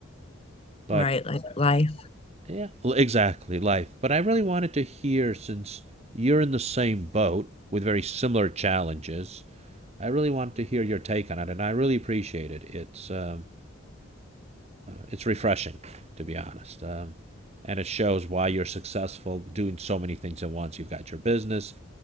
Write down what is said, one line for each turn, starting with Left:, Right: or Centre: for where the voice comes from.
Right: but
Left: right, like life,
Right: yeah exactly life but i really wanted to hear since you're in the same boat with very similar challenges i really wanted to hear your take on it and i really appreciate it it's um it's refreshing, to be honest. Um, and it shows why you're successful doing so many things at once. You've got your business,